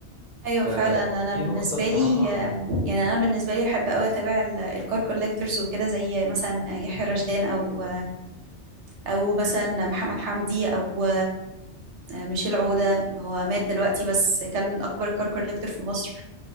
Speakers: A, on the right (about 80°); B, in the centre.
A: ايوه
B: ف
A: فعلا انا
B: دي
A: بالنسبه
B: نقطة الصراحة
A: لي يعني انا بالنسبه لي بحب قوي اتابع ال- الكار كوليكتورز وكده زي مثلا يحيى رشدان او او مثلا محمد حمدي او ميشيل عوده هو مات دلوقتي بس كان من اكبر الكار كوليكتور في مصر